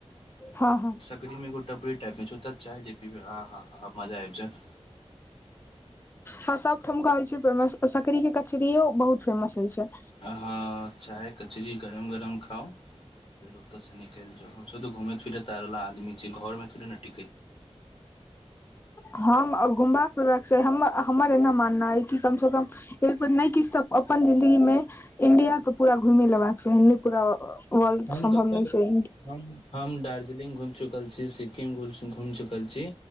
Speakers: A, on the left (about 20°); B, on the left (about 60°).
A: हँ - हँ।
B: बकरीमेगो टपरी टाइपमे छै ओ तऽ चाय जे पिबै आहा मजा आइब जेयत।
A: हँ सब ठुमका होय छै प्रेमस। सकड़री के कचरीयो बहुत फेमस होइ छै।
B: हाँ चाय कचरी गरम गरम खाउ। फेर ओत से निकैल जाउ हमो तो घूमे फिरे त आरला आदमी छी घर मे थोड़े ने टिके छी
A: हम गुम्बाे रख हमर एना मानना अय कि कम से कम। एक बेर नै किछ त अपन जिंन्दगी मे इंडिया तऽ पूरा घुइमे लेबाक छै पूरा। वल्ड
B: हम
A: सम्भव
B: कतऽ
A: नै छैइन
B: हम हम दार्जिलिङंग घुइम चुकल छी सिक्किम घुइम चुकल छी